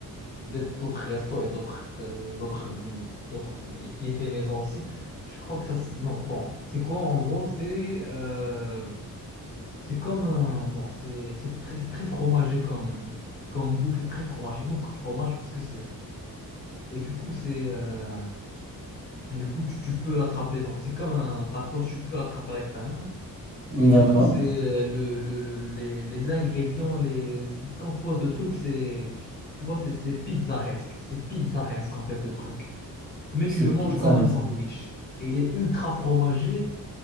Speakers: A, on the left; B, on the right.
A: d'être- d'autres restos et d'autres euh, d'autres d'autres qui qui est fait maison aussi. Je crois que ça. c'est- Non, bon, c'est quoi en gros? C'est euh, c'est comme un bon, c'est c'est très c'est très fromagé comme comme bouffe, c'est très fromagé, beaucoup de fromage parce que c'est et du coup c'est euh, Et du coup, tu, tu peux l'attraper. Donc, c'est comme un tacos, tu peux l'attraper avec ta main. Et du
B: D'accord.
A: coup, c'est euh, le, le- le- les, les ingrédients, les, ce qui compose le truc, c'est, tu vois, c'est c'est pizzaresque. C'est pizzaresque, en fait, le truc. Mais
B: C'est
A: tu le manges
B: pittoresque.
A: comme un sandwich. Et il est ultra fromagé.